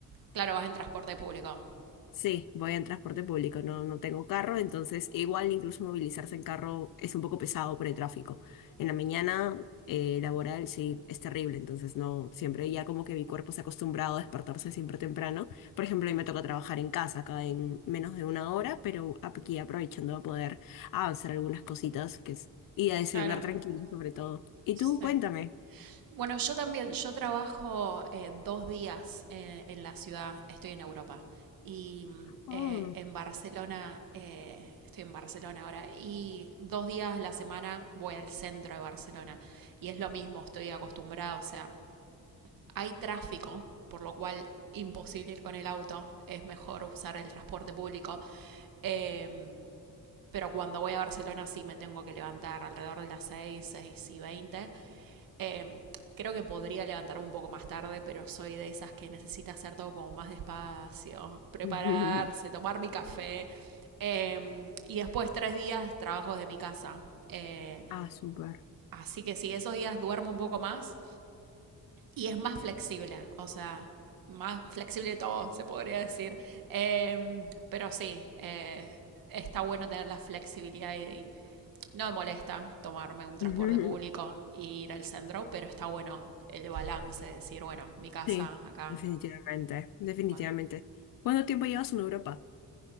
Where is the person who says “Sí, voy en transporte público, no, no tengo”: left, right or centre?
Left